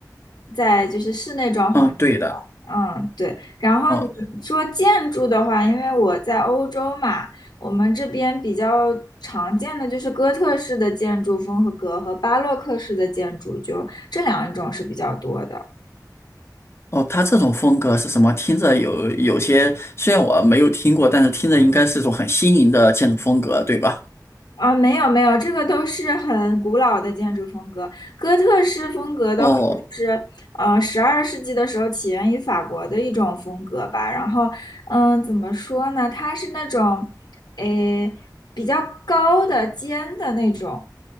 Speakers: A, on the left; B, on the left.
A: 在就是室内装潢这一块。
B: 嗯，对的。
A: 嗯，对。然后你说建筑的话，
B: 哦
A: 因为我在欧洲嘛，我们这边比较常见的就是哥特式的建筑风格和巴洛克式的建筑，就这两种是比较多的。
B: 哦，他这种风格是什么？听着有有些，虽然我没有听过，但是听着应该是一种很新颖的建筑风格，对吧？
A: 啊，没有没有，这个都是很古老的建筑风格。哥特式风格的话，
B: 哦
A: 就是呃，十二世纪的时候起源于法国的一种风格吧。然后，嗯，怎么说呢？它是那种，诶，比较高的、尖的那种，